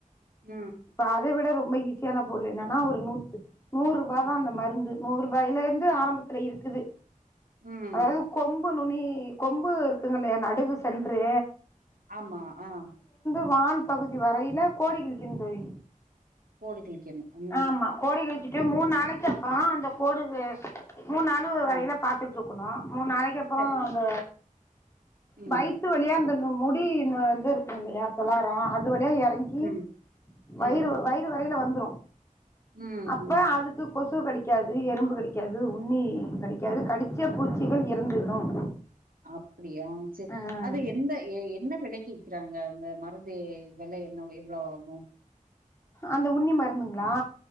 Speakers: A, on the right; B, on the left.
A: ம்
B: இப்ப அதை விட ரொம்ப ஈசி <unintelligible> ஒரு நூத்து நூறு இவ்ள தா அந்த மருந்து நூறு ரூபாயில இருந்து ஆரம்பத்துல இருக்கு குது
A: ம்
B: அதாவது கொம்பு நுனி கொம்பு இருக்குங்கல்லயா நடுகு சென்று
A: ஆமா ஆஹ்
B: <unintelligible> பகுதி வரையில கோடி கிழிக்கனு தோழி
A: கோடு கிழிக்கணு ம்
B: ஆமா கோடி கிழிச்சிட்டு
A: சரி
B: மூணு
A: சரி
B: நாளிக்கு அப்புறம் அந்த போடுங்க மூணு நாள்
A: ஆ
B: வரையில பாத்துட்டு இருக் அன்இன்டெலிஜபிள் மூணு நாளைக்கு அப்புறம்
A: சரி
B: அந்த
A: ம்
B: வயத்து வழியா இருந்த முடி வந்து இருக்குது இல்லியா துளாரம் அது வழியா இறங்கி
A: ம்
B: வயிறு
A: ம்
B: வயிறு வரையில வந்து துறு
A: ம்
B: அப்ப
A: ம்
B: அதுக்கு கொசு கடிக்காது எறும்பு கடிக்காது உண்ணி கடிக்காது கடிச்ச பூச்சிகள் இறந்துவிடும்
A: அப்பிடியா செரி
B: ஆஹ்
A: அது எந்த என்ன விலை க்கிறாங்க அந்த மருந்து விலை என்ன எவ்ளோ ஆகும்
B: அந்த உண்ணி மருந்துங்களா